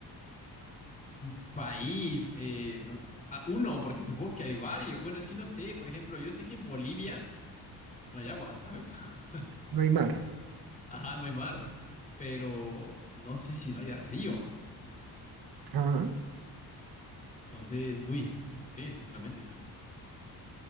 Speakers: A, on the left (about 20°); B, on the right (about 65°).
A: Un país. eh, no- ah, uno, porque supongo que hay varios. Bueno, es que no sé. Por ejemplo, yo sé que en Bolivia no hay agua, ¿sabes? <laughs>
B: no hay mar.
A: Ajá, no hay mar, pero no sé si no haya río.
B: Ajá.
A: Entonces, uy, no sé, sinceramente, ¿eh?